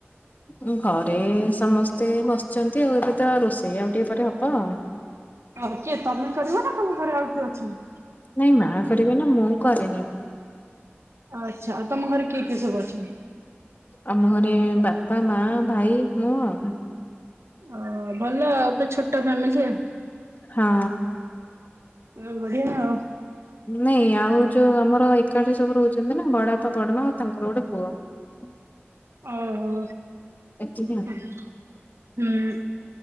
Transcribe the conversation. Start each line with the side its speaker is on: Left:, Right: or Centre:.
Left: ହ <inaudible> ଘରେ ସମସ୍ତେ ବସିଛନ୍ତି ଆଉ ଏବେ ତ ରୋଷେଇ ଆଉ ଟିକେ ପରେ ହବ ଆଉ
Right: ଆଉ କିଏ ତମେ କରିବ ନା ତମ ଘରେ ଆଉ କିଏ ଅଛନ୍ତି।
Left: ନାଇଁ ମା କରିବେ ନା ମୁଁ କରିରେନି।
Right: ଆଚ୍ଛା ଆଉ ତମ ଘରେ କିଏ କିଏ ସବୁ ଅଛନ୍ତି।
Left: ଆମ ଘରେ ବାପା ମା ଭାଇ ମୁଁ ଆଉ।
Right: ଓ ଭଲ ଆଉ ଗୋଟେ ଛୋଟ ଫ୍ୟାମିଲି।
Left: ହଁ।
Right: ଏବେ ବଢିଆ ଆଉ
Left: ନାଇଁ ଆଉ ଯୋଉ ଆମର ଏକାଠି ସବୁ ରହୁଛନ୍ତି ନା ବଡ ବାପା ବଡ ମା ଆଉ ତାଙ୍କର ଗୋଟେ ପୁଅ ହୁଁ <unintelligible>
Right: ଓହୋ
Left: ଏତିକି ଆଉ
Right: ହୁଁ